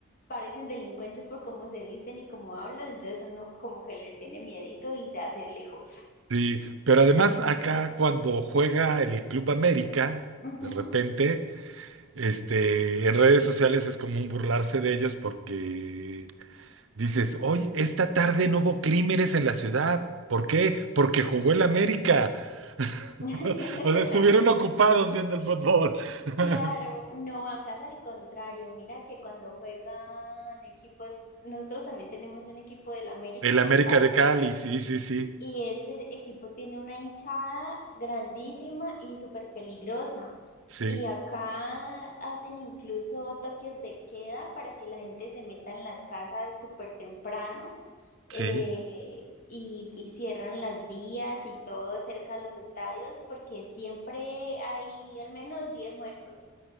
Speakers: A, on the left (about 40°); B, on the right (about 70°).
A: parecen delincuentes por cómo se visten y cómo hablan, entonces uno como que les tiene miedito y se hace lejos.
B: sí, pero además acá cuando juega el Club América,
A: Ujú.
B: de repente, este, en redes sociales es común burlarse de ellos porque Dices, oye, esta tarde no hubo crímenes en la ciudad. ¿Por qué? Porque jugó el América. <laughs>
A: <laughs>
B: O sea, estuvieron ocupados viendo el fútbol. <laughs>
A: Claro, no, acá es al contrario. Mira que cuando juegan equipos, nosotros también tenemos un equipo del América
B: El América
A: de Cali
B: de Cali, sí, sí, sí,
A: y ese equipo tiene una hinchada grandísima y súper peligrosa.
B: sí,
A: Y acá hacen incluso toques de queda para que la gente se meta en las casas súper temprano eh,
B: sí.
A: y, y cierran las vías y todo cerca de los estadios porque siempre hay al menos 10 muertos.